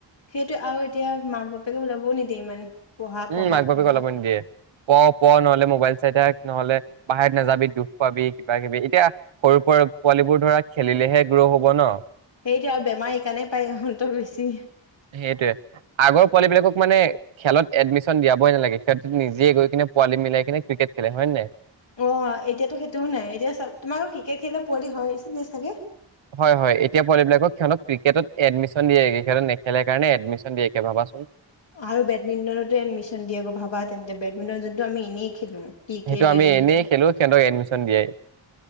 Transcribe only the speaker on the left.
সেইটো আৰু এতিয়া মাক বাপেকে ওলাবও নিদিয় ইমান পঢ়া
পঢ়া
পঢ়া
সেইটো আৰু বেমাৰ সেইকাৰণেই পায় ইহঁতৰ বেছি
অ এতিয়াতো সেইটোও নাই এতিয়া তোমাক ক্ৰিকেট খেলিলে পোৱালি হয় হৈছে, নে চাগে?
আৰু বেডমিণ্টনতো এডমিচশন দিয়ে আকৌ ভাবা তেন্তে বেডমিণ্টন যোনটো আমি এনেই খেলো। ক্ৰিকেট
বেডমিণ্টন